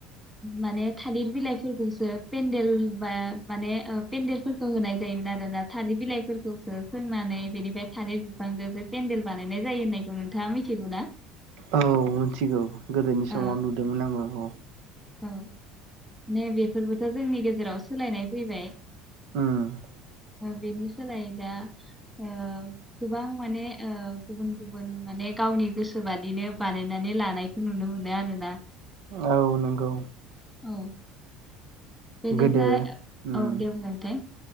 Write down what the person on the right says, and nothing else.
औ मिथिगौ गोदोनि समाव
नुदोंमोन आङो
<inaudible>
औ नंगौ
गोदो
उम